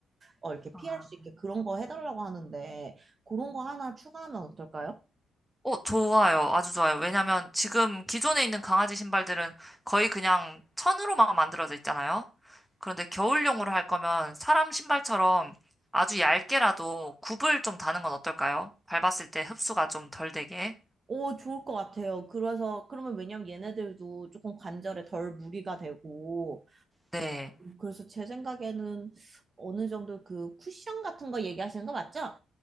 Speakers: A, on the right (about 35°); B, in the centre.
A: 어, 이렇게
B: 아,
A: 피할 수 있게 그런 거 해달라고 하는데 그런 거 하나 추가하면 어떨까요?
B: 어, 좋아요. 아주 좋아요. 왜냐면 지금 기존에 있는 강아지 신발들은 거의 그냥 천으로만 만들어져 있잖아요. 그런데 겨울용으로 할 거면 사람 신발처럼 아주 얇게라도 굽을 좀 다는 건 어떨까요? 밟았을 때 흡수가 좀 덜 되게.
A: 오, 좋을 것 같아요. 그래서, 그러면 왜냐면 얘네들도 조금 관절에 덜 무리가 되고,
B: 네.
A: 그래서 제 생각에는 어느 정도 그 쿠션 같은 거 얘기하시는 거 맞죠?